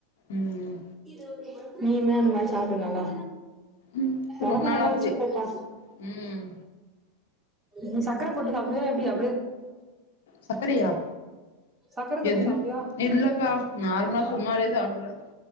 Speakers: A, on the left; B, on the right.
A: ம்
B: இது ஒரு நீயுமே அந்த மாரி சாப்டு நல்லா
A: ம்
B: ஒடம்ப
A: ரொம்ப நாள்
B: நல்லா
A: ஆச்சு
B: வச்சுக்கோப்பா
A: ம்
B: நீ சக்கர போட்டு சாப்டுவியா எப்டி அப்
A: சக்கரையா
B: சக்கர தொட்டு
A: எது
B: சாப்டுவியா
A: இல்லக்கா நார்மலா சும்மவே சாப்டுவே